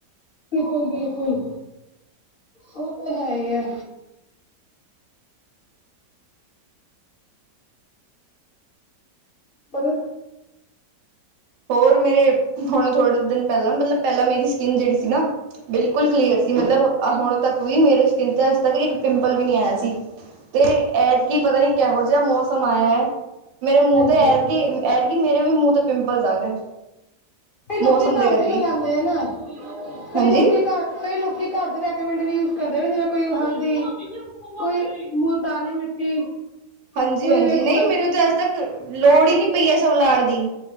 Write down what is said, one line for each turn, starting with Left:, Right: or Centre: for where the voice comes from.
Left: ਬਿਲਕੁਲ-ਬਿਲਕੁਲ, ਓ ਤੇ ਹੈਹੀ ਐ। ਪਰ
Right: ਹੋਰ ਮੇਰੇ, ਹੁਣ ਥੋੜੇ ਦਿਨ ਪਹਿਲਾਂ, ਮਤਲਬ ਪਹਿਲਾਂ ਮੇਰੀ ਸਕਿੰਨ ਜਿਹੜੀ ਸੀ ਨਾ ਬਿਲਕੁਲ ਕਲੀਅਰ ਸੀ ਮਤਲਬ, ਆ ਹੁਣ ਤੱਕ ਵੀ ਮੇਰੇ ਸਕਿੰਨ ਤੇ ਅੱਜ ਤੱਕ ਇੱਕ ਪਿੰਪਲ ਵੀ ਨਹੀਂ ਆਇਆ ਸੀ। ਤੇ, ਐਤਕੀ ਪਤਾ ਨੀ ਕਿਹੋ ਜਿਹਾ ਮੌਸਮ ਆਇਆ ਏ, ਮੇਰੇ ਮੂੰਹ
Left: ਹਾਂਜੀ
Right: ਤੇ ਐਤਕੀ ਐਤਕੀ ਮੇਰੇ ਵੀ ਮੂੰਹ ਤੇ ਪਿੰਪਲਜ ਆ ਗਏ।
Left: ਕਈ ਲੋਕੀ
Right: ਮੌਸਮ
Left: ਘਰ
Right: ਕਰਕੇ
Left: ਦੇ ਲਗਾਂਦੇ
Right: ਹੀ
Left: ਆ ਨਾ, ਕਈ
Right: ਹਾਂਜੀ
Left: ਲੋਕੀ ਘਰ ਕਈ ਲੋਕੀ ਘਰ ਦੇ ਰੈਕਮੈਂਡ ਵੀ ਯੂਜ ਕਰਦੇ ਨੇ ਜਿਵੇਂ ਕੋਈ ਹਲਦੀ, ਕੋਈ ਮੁਲਤਾਨੀ ਮਿੱਟੀ।
Right: ਹਾਂਜੀ-ਹਾਂਜੀ,
Left: ਕੋਈ ਵੇਸਣ
Right: ਨਹੀਂ ਮੈਨੂੰ ਤੇ ਅੱਜ ਤੱਕ ਲੋੜ ਹੀ ਨੀ ਪਈ, ਏ ਸਭ ਲਾਣ ਦੀ।